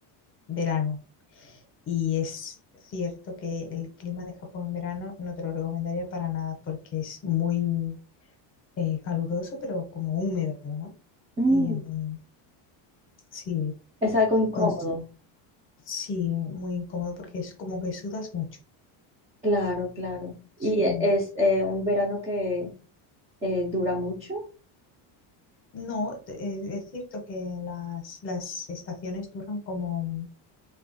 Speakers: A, on the left; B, on the right.
A: verano, y es cierto que el clima de Japón en verano no te lo recomendaría para nada porque es muy eh, caluroso, pero como húmedo, ¿no?
B: Mm,
A: Y em, sí,
B: es algo incómodo.
A: con- sí, muy incómodo porque es como que sudas mucho.
B: Claro, claro.
A: Sí.
B: ¿Y e- es eh, un verano que eh, dura mucho?
A: No, eh, es cierto que las, las estaciones duran como,